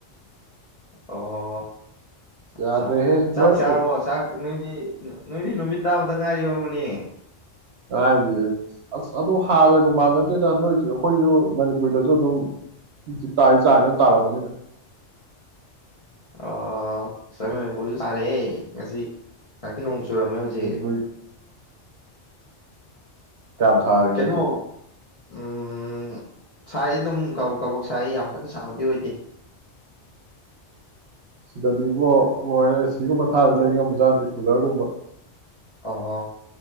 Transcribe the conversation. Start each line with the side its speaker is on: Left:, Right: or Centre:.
Left: ꯑꯣ ꯑꯁꯥ
Right: ꯌꯥꯗ꯭ꯔꯦꯍꯦ
Left: ꯆꯥꯛ
Right: ꯅꯣꯏ
Left: ꯆꯥꯔꯑꯣ ꯆꯥꯛ ꯅꯣꯏꯗꯤ ꯅꯣꯏꯗꯤ ꯅꯨꯃꯤꯠ ꯇꯥꯕꯗ ꯉꯥꯏꯔꯤꯕꯅꯦ
Right: ꯉꯥꯏꯔꯤꯌꯦ ꯑꯁ ꯑꯗꯨ ꯍꯥꯟꯔꯒ ꯃ ꯅꯠꯇꯦꯗ ꯅꯣꯏ ꯑꯩꯈꯣꯏꯁꯨ ꯃꯅꯤꯄꯨꯔꯗꯁꯨ ꯑꯗꯨꯝ ꯖꯤꯤ ꯇꯥꯔꯤ ꯆꯥꯡꯉ ꯌꯥꯝ ꯇꯥꯔꯝꯝꯕꯅꯤꯗ
Left: ꯑ <unintelligible> ꯁꯥꯔꯦꯍ‌ꯦ ꯉꯁꯤ ꯉ ꯅꯣꯡ ꯆꯨꯔꯝꯃꯦ ꯍꯧꯖꯤꯛ
Right: ꯃꯅꯤꯄꯨꯔ ꯀꯌꯥꯝ ꯁꯔꯒ‌ꯦ
Left: ꯀꯩꯅꯣ
Right: ꯍꯧꯖꯆꯛ
Left: ꯎꯝ ꯁꯥꯏ ꯑꯗꯨꯝ ꯀꯕꯣꯛ ꯀꯕꯣꯛ ꯁꯥꯏ ꯌꯥꯝꯂ ꯁꯥꯕꯗꯤ ꯑꯣꯏꯗꯦ
Right: ꯁꯤꯗꯗꯤꯕꯣ ꯃꯣꯏ ꯑꯦꯁꯤꯒꯨꯝꯕ ꯊꯥꯗ ꯂꯩ ꯉꯝꯕꯖꯥꯠꯅꯠꯇ‌ꯦ ꯀꯨꯂꯔꯒꯨꯝꯕ
Left: ꯑꯣ